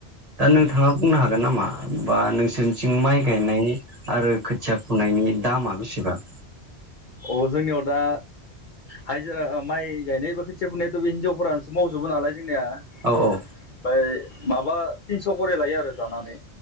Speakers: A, on the right (about 35°); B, on the left (about 55°).
A: दा नोंथाङा बुंनो हागोन नामा बा नोंसोरनिथिं माइ गायनायनि। आरो खोथिया फुनायनि दामा बेसेबां?
B: अ जोंनियाव दा हायजिरा ओ माइ गायनाय बा खोथिया फुनाय खो‌ बे हिनजावफोरानोसो मावजोबो नालाय। जोंनिया ओमफाय
A: औ औ
B: माबा थिनस करे लायो आरो जानानै